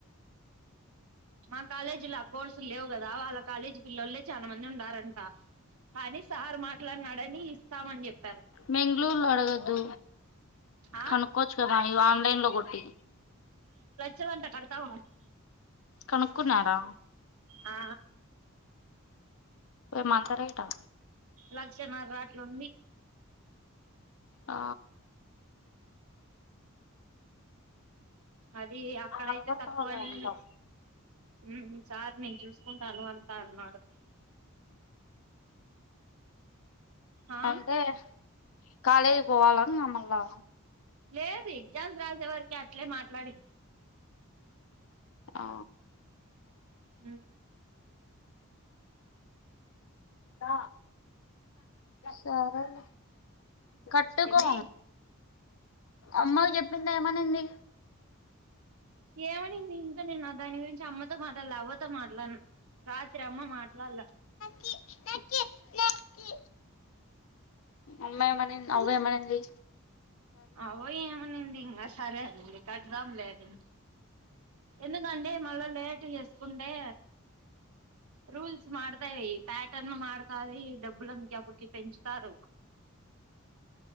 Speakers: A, on the right; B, on the left.
A: మా కాలేజీలో ఆ కోర్సులు లేవు గదా వాళ్ళ కాలేజీ పిల్లలే చానా మంది ఉండారంట కాని సార్ మాట్లాడినాడని ఇస్తామని చె
B: మెంగ్లురులో అడగద్దు
A: ఆ
B: కనుక్కోచ్చు కదా ఇవి ఆన్లైన్ లో గొట్టి
A: చవ్ అంత కడతావ
B: కనుక్కున్నార
A: ఆ
B: ఏ మంతరేటా
A: లక్షన్నారాట్లుంది
B: ఆ
A: అది యక్కడయితే
B: అడగటోళ్ళు
A: తక్కువ అని
B: అందరూ
A: మ్మ్ చార్ నేన్‌ జాసుకుంటాను అంతా అన్నాడు ఆ
B: అంతె కాలేజ్ పోవాలా మల్లా
A: లేదు ఎగ్జామ్స్ రాసేవరికి అట్లే మాట్లాడి
B: ఆ
A: ఉ
B: రా సరేలే కట్టుకో
A: ఏంది
B: అమ్మ చెప్పింది ఏమనింది
A: ఏమనింది ఇంకా నేను నా దాని గురించి అమ్మతో మాట్లాల్లె అవ్వతో మాట్లాన రాత్రి అమ్మ మాట్లాల్లె
B: కి నాకి నాకీ అమ్మేమని అవ్వేమనింది
A: అవో ఏమనింది ఇంగ సరే అంది కడదాం లేని ఎందుకండి మల్ల లేట్ చేసుకుంటే రూల్స్ మాడతాయి ప్యాటర్న్ మారుతాది డబ్బులంక అప్పటికి పెంచుతారు
B: అ